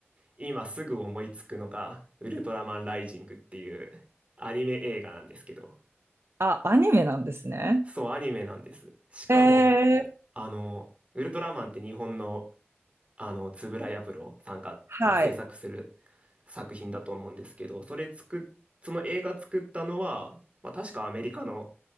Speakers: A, on the right; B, on the right.
A: 今すぐ思いつくのが、ウルトラマンライジングっていうアニメ映画なんですけど。
B: あ、アニメなんですね。
A: そう、アニメなんです。しかも、
B: えー、
A: あの、ウルトラマンって日本の、あの、円谷プロさんが、
B: はい。
A: まあ、制作する作品だと思うんですけど、それ作っ、その映画作ったのは、まあ、確かアメリカの